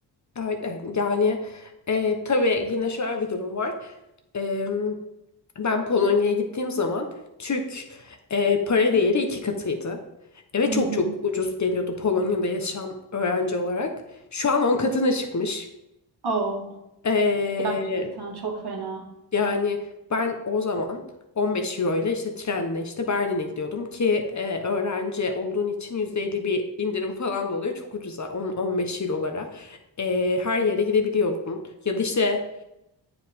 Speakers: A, on the left (about 40°); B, on the right (about 60°).
A: Öyle. Yani e, tabii yine şöyle bir durum var. E, ben Polonya'ya gittiğim zaman Türk e, para değeri iki katıydı. Evet
B: Hı hı.
A: çok çok ucuz geliyordu Polonya'da yaşam öğrenci olarak. Şu an on katına çıkmış.
B: Oh,
A: E,
B: gerçekten çok fena.
A: Yani ben o zaman 15 euro ile işte trenle işte Berlin'e gidiyordum ki e, öğrenci olduğun için %50 bir indirim falan da oluyor. Çok ucuza 10-15 eurolara e, her yere gidebiliyorsun. Ya da işte